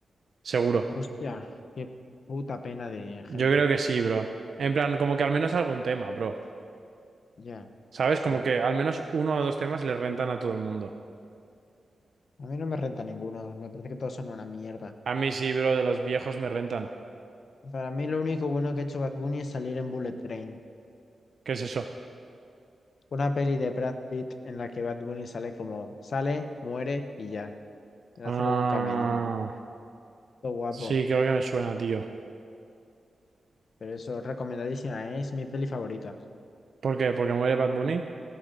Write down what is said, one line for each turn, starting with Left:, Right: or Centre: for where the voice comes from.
Right: Seguro.
Left: Hostia, qué puta pena de
Right: Yo
Left: gente.
Right: creo que sí, bro. En plan, como que al menos algún tema, bro.
Left: Ya,
Right: ¿Sabes?
Left: sí.
Right: Como que al menos uno o dos temas le rentan a todo el mundo.
Left: A mí no me renta ninguno, me parece que todos son una mierda.
Right: A mí sí, bro, de los viejos me rentan.
Left: Para mí lo único bueno que ha hecho Bad Bunny es salir en Bullet Train.
Right: ¿Qué es eso?
Left: Una peli de Brad Pitt en la que Bad Bunny sale como, sale, muere y ya. Le
Right: Ah,
Left: hace como un cameíde. Todo guapo.
Right: sí, creo que me suena, tío.
Left: Pero eso, recomendadísima, ¿eh? es mi peli favorita.
Right: ¿Por qué? ¿Porque muere Bad Bunny?